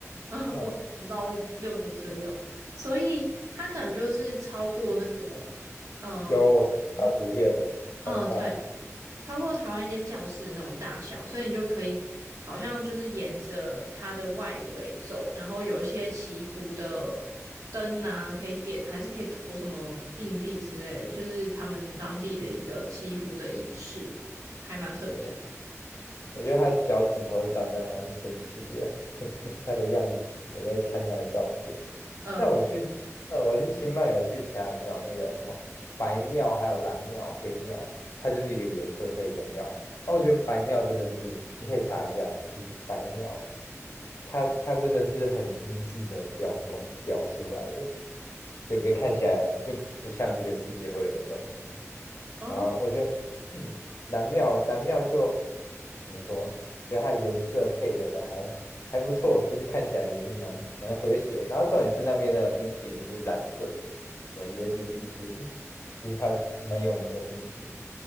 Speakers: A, on the right; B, on the left.
A: <laughs>
B: 那
A: 我我不知道六六福村有，所以它可能就是超过那种，呃，
B: 有发图片了，
A: 嗯，哦对，
B: 超大的
A: 超过台湾一间教室那种大小，所以你就可以好像就是沿着它的外围走，然后有一些祈福的灯啊，可以点，还是可以投什么硬币之类的，就是他们当地的一个祈福的仪式，还蛮特别。
B: 哦，我觉得他脚趾头长得蛮神奇的，<laughs> 他的样子，我在看他的照片，
A: 呃，
B: 那我去，呃，我去清迈有去其他的庙，那个什么白庙、还有蓝庙、黑庙，它就是一个颜色配一个庙。然后我觉得白庙真的是，你可以查一下，就是白庙，它它真的是很精致的雕工雕出来的，整个看起来就不像这个世界会有的东西。
A: 哦。
B: 然后我觉得，嗯，蓝庙蓝庙就怎么说？觉得它的颜色配合的还还不错，就是看起来也是蛮蛮和谐。然后重点是那边的冰淇淋是蓝色的，什么椰子冰淇淋，就是它蛮有名的冰淇淋。